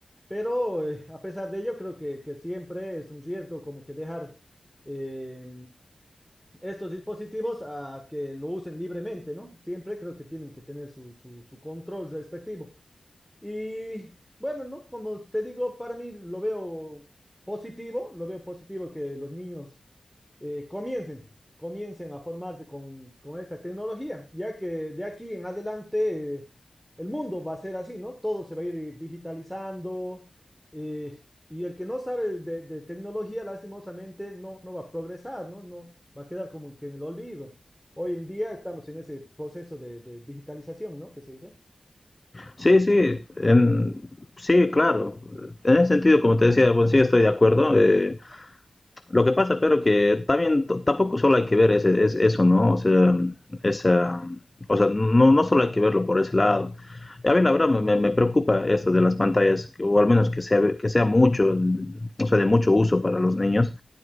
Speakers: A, in the centre; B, on the left (about 25°).
A: Pero eh, a pesar de ello, creo que, que siempre es un riesgo como que dejar eh, estos dispositivos a que lo usen libremente, ¿no? Siempre creo que tienen que tener su, su, su control respectivo. Y bueno, ¿no? Como te digo, para mí lo veo positivo, lo veo positivo que los niños eh, comiencen, comiencen a formarse con, con esta tecnología, ya que de aquí en adelante eh, el mundo va a ser así, ¿no? Todo se va a ir digitalizando eh, y el que no sabe de, de tecnología, lastimosamente, no, no va a progresar, ¿no? No va a quedar como que en el olvido. Hoy en día estamos en ese proceso de, de digitalización, ¿no? Que se dice.
B: Sí, sí, en, sí, claro. En ese sentido, como te decía, bueno, sí estoy de acuerdo. Eh, Lo que pasa, pero que también t- tampoco solo hay que ver ese, es- eso, ¿no? O sea, esa, o sea, no, no solo hay que verlo por ese lado. A mí la verdad me, me- me preocupa esto de las pantallas, o al menos que sea, que sea mucho, o sea, de mucho uso para los niños,